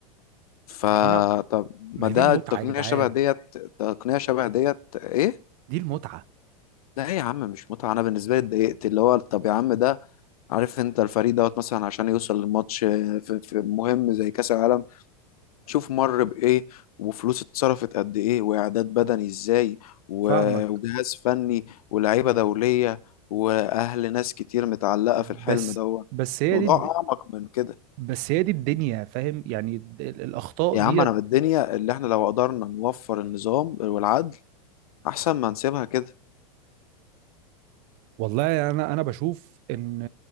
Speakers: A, on the left (about 70°); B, on the right (about 50°).
A: فطب
B: ما انا ما
A: ما
B: هي
A: ده
B: دي المتعه
A: التقنية
B: يا جدعان
A: شبه ديت تقنية شبه ديت ايه
B: دي المتعه
A: ده ايه يا عم مش متعة انا بالنسبة لي اتضايقت اللي هو طب يا عم ده عارف انت الفريق دوت مثلا عشان يوصل للماتش آه، في في مهم زي كأس العالم شوف مر بإيه وفلوس اتصرفت قد إيه وإعداد بدني إزاي و-
B: فاهمك
A: وجهاز فني ولاعيبة دولية وأهل ناس كتير متعلقة
B: بس
A: في الحلم دوت
B: بس هي
A: موضوع
B: دي الد-
A: أعمق من كده
B: بس هي دي الدنيا فاهم يعني ال- ال- الاخطاء
A: يا
B: ديت
A: عم أنا بالدنيا اللي إحنا لو قدرنا نوفر النظام والعدل أحسن ما نسيبها كده
B: والله انا انا بشوف ان